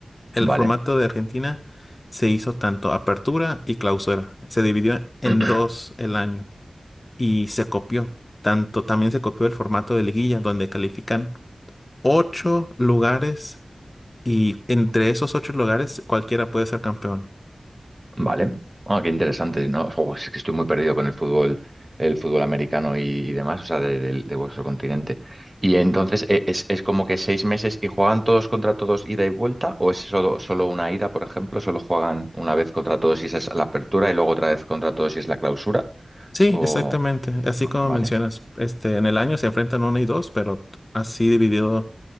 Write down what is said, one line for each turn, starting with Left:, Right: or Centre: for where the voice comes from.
Left: El
Right: Vale.
Left: formato de Argentina se hizo tanto apertura y clausura. Se dividió en
Right: <clears throat>
Left: dos el año y se copió. Tanto también se copió el formato de liguilla, donde califican ocho lugares y entre esos ocho lugares cualquiera puede ser campeón.
Right: Vale. Ah, qué interesante, ¿no? Jo, es que estoy muy perdido con el fútbol, el fútbol americano y, y demás, o sea, de, del- de vuestro continente. Y entonces, e- ¿es, es como que seis meses y juegan todos contra todos ida y vuelta? ¿O es solo, solo una ida, por ejemplo? ¿Solo juegan una vez contra todos y esa es la apertura y luego otra vez contra todos y es la clausura?
Left: Sí,
Right: O...
Left: exactamente. Así como
Right: Vale.
Left: mencionas, este, en el año se enfrentan uno y dos, pero así dividido